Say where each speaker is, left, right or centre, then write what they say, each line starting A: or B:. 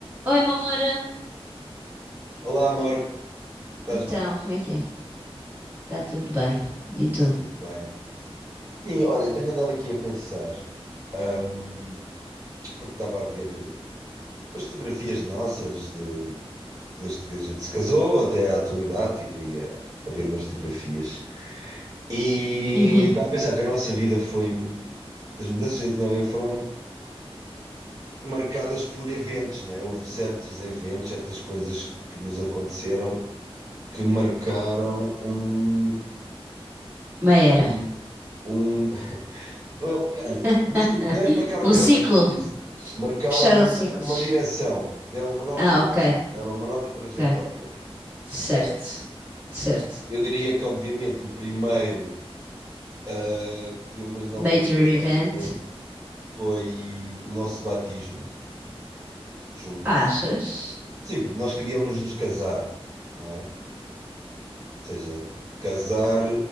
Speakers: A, on the right; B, on the right.
A: Oi, Mora.
B: Olá, amor, estás
A: Então,
B: bem?
A: como é que é? Tá tudo bem. E tu?
B: Está tudo bem. Sim, olha, tenho andado aqui a pensar, ahm, porque estava a ver eh, as fotografias nossas de- desde que a gente se casou até à atualidade, estive a, a ver umas fotografias. E
A: Uhum.
B: estava a pensar que a nossa vida foi. As mudanças de identidade foram marcadas por eventos, né? Houve certos eventos, certas coisas que nos aconteceram que marcaram um,
A: Uma era.
B: um, um Não é uma era,
A: <laughs>
B: mas que, não é que marcaram
A: Um
B: uma
A: ciclo.
B: era, mas fiz- marcaram
A: Fecharam
B: uma,
A: ciclos.
B: uma direção, deram uma nova
A: Ah,
B: direção,
A: ok.
B: deram uma nova trajetória.
A: Ok. Certo.
B: Percebes?
A: Certo.
B: Eu diria que, obviamente, o primeiro eh, que deu uma nova
A: Major
B: direção
A: event.
B: de tra- foi o nosso batismo, juntos.
A: Achas?
B: Sim, porque nós queríamos nos casar, não é? Ou seja, casar